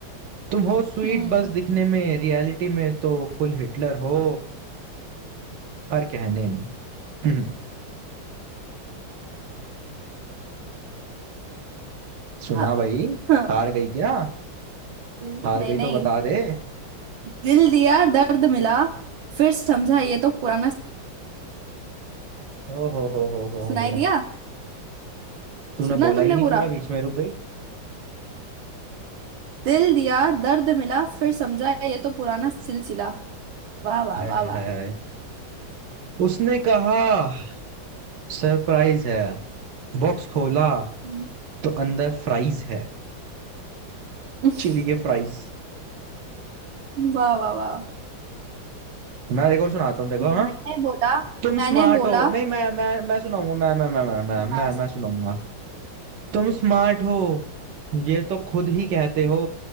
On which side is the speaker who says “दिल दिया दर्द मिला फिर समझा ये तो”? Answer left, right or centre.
Right